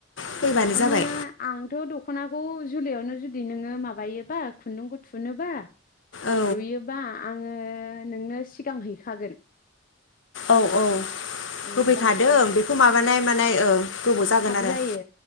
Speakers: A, on the left; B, on the left.
A: फैबानो जाबाय
B: ओ आंथ' दखनाखौ जुलियावनो जुदि नोंङो माबायोबा खुन्दुंखौ थुनोबा
A: औ
B: लुयोबा आंङो नोंनो सिगां हैखागोन
A: औ औ
B: उम
A: होफैखादों
B: जाहाथे
A: बेखौ माबानाय माने औ गोबाव जागोन
B: थाब
A: आरो
B: जायो